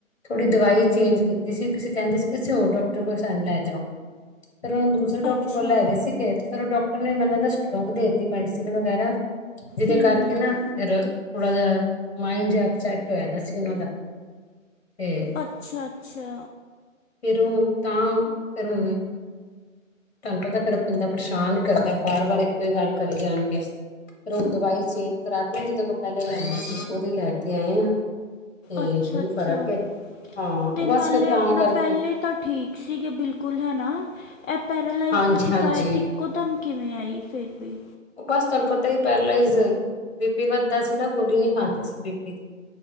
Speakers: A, on the left (about 50°); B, on the left (about 65°).
A: ਥੋੜੀ ਦਵਾਈ ਚੇਂਜ ਕੀਤੀ ਸੀ ਤੁਸੀਂ ਕਹਿੰਦੇ ਸੀ ਕਿਸੀ ਹੋਰ ਡੋਕਟਰ ਕੋਲ ਸਾਨੂ ਲੈ ਜਾਓ। ਫਿਰ ਉਹਨ ਦੂਸਰੇ ਡਾਕਟਰ
B: ਅੱਛਾ
A: ਕੋਲ ਲੈ ਗਏ ਸੀਗੇ ਫਿਰ ਉਹ ਡਾਕਟਰ ਨੇ ਮੈਨੁ ਲਗਦਾ ਸਟਰੌਗ ਦੇ ਦਿੱਤੀ ਮੈਡੀਸਨ ਵਗੈਰਾ। ਜਿਦੇ
B: ਹੂੰ
A: ਕਰਕੇ ਨਾ ਫਿਰ ਥੋੜਾ ਜਿਹਾ ਮਾਇੰਡ ਜਿਹਾ ਅਪਸੈਟ ਹੋਇਆ ਦਾ ਸੀ ਉਹਨਾਂ ਦਾ। ਤੇ
B: ਅੱਛਾ-ਅੱਛਾ
A: ਫਿਰ ਉਹ ਤਾਂ ਫਿਰ ਹੁਣ ਤੁਹਾਨੂੰ ਪਤਾ ਫੇਰ ਬੰਦਾ ਪਰੇਸ਼ਾਨ ਹੀ ਕਰਦਾ ਬਾਰ-ਬਾਰ ਇੱਕੋ ਹੀ ਗੱਲ ਕਰੀ ਜਾਣਗੇ। ਫੇਰ ਹੁਣ ਦਵਾਈ ਚੇਂਜ ਕਰਾ ਕੇ ਜਿਦੋਂ ਕੋਲ ਪਹਿਲੇ ਲੈਂਦੇ ਸੀ ਉਹਦੀ ਲੈ ਕੇ ਆਏ ਹਾਂ। ਤੇ
B: ਅੱਛਾ
A: ਹੁਣ
B: ਅੱਛਾ
A: ਫ਼ਰਕ ਏ ਹਾਂ
B: ਤੇ ਨਾਲੇ
A: ਬਸ ਫਿਰ ਤਾਂ
B: ਆਪਣਾ
A: ਕਰਕੇ।
B: ਪਹਿਲੇ ਤਾਂ ਠੀਕ ਸੀਗੇ ਬਿਲਕੁਲ ਹਨਾ ਇਹ ਪੈਰਾਲਾਈਜ਼
A: ਹਾਂਜੀ
B: ਦੀ ਸ਼ਿਕਾਇਤ
A: ਹਾਂਜੀ
B: ਇੱਕ ਕੋ ਦਮ ਕਿਵੇਂ ਆਈ ਫਿਰ ਵੀ।
A: ਬਸ ਤੁਹਾਨੂੰ ਪਤਾ ਹੀ ਏ ਪੈਰਲੇਈਜ਼ ਬੀਪੀ ਵੱਧਦਾ ਸੀ ਨਾ ਗੋਲੀ ਨੀ ਖਾਂਦੀ ਸੀ ਬੀਪੀ ਦੀ।